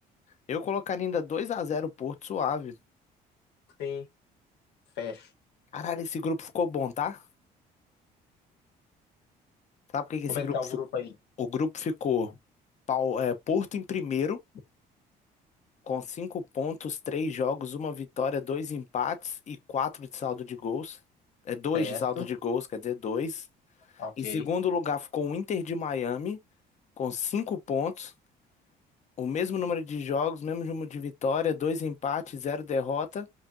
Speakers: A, on the left; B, on the left.
A: Eu colocaria ainda dois a zero o Porto suave.
B: Sim. Fecho.
A: Caralho, esse grupo ficou bom, tá? Sabe por que que
B: Como
A: esse grupo
B: é que tá o
A: ficou?
B: grupo aí?
A: O grupo ficou Pau- é, Porto em primeiro. com cinco pontos, três jogos, uma vitória, dois empates e quatro de saldo de gols. É dois
B: Certo.
A: de saldo de gols, quer dizer, dois.
B: Ok.
A: Em segundo lugar ficou o Inter de Miami, com cinco pontos, o mesmo número de jogos, mesmo número de vitória, dois empates, zero derrota,